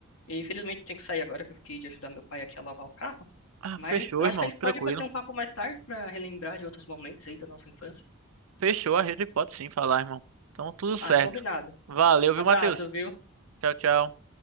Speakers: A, on the left; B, on the right.
A: E infelizmente tenho que sair agora que eu fiquei de ajudar meu pai aqui a lavar o carro,
B: Ah,
A: mas
B: fechou,
A: eu acho
B: irmão,
A: que a gente
B: tranquilo.
A: pode bater um papo mais tarde pra relembrar de outros momentos aí da nossa infância.
B: Fechou, a gente pode sim falar, irmão. Então, tudo certo.
A: Ah, combinado.
B: Valeu,
A: Abraço,
B: viu, Matheus?
A: viu?
B: Tchau, tchau.